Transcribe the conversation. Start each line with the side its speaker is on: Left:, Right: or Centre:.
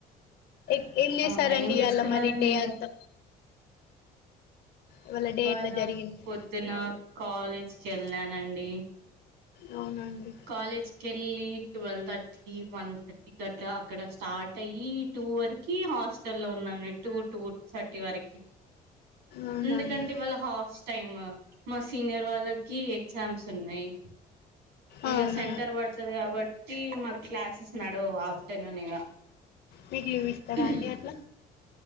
Left: ఏ ఏం చేసారండి
Right: అవునా ఏం చేస్తున్నారండి
Left: ఇయళ మరి డే అంతా ఇవాళ డే
Right: వాళ
Left: ఎట్లా జరిగింది
Right: పొద్దున కాలేజ్ కెళ్ళానండి
Left: అవునండి
Right: కాలేజ్ కేళ్ళి ట్వెల్వ్ థర్టీ వన్ థర్టీ కటలా అక్కడ స్టార్ట్ అయ్యి టూ వరకి హాస్టల్ లో ఉన్నా టూ టూ థర్టీ వరకి
Left: అవునా
Right: ఎందుకంటే
Left: అండి
Right: ఇవాళ హాస్ టైమ్ మా సీనియర్ వాళ్ళకి ఎగ్జామ్స్ ఉన్నాయి ఇగా
Left: అవునా
Right: సెంటర్ పడతది కాబట్టి మా క్లాసెస్ నడవు ఆఫ్ తినలేక
Left: మీకు లీవ్ ఇస్తారా
Right: హ్
Left: అండి అట్లా